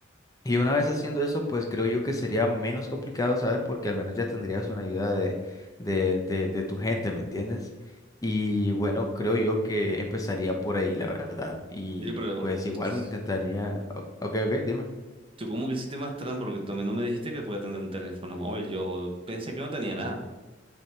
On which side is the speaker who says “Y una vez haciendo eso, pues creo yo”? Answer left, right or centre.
Left